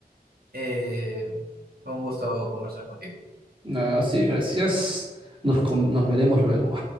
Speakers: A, on the right; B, on the right.
A: Eh, fue un gusto conversar contigo.
B: Ah, sí, gracias. Nos, com- nos veremos luego.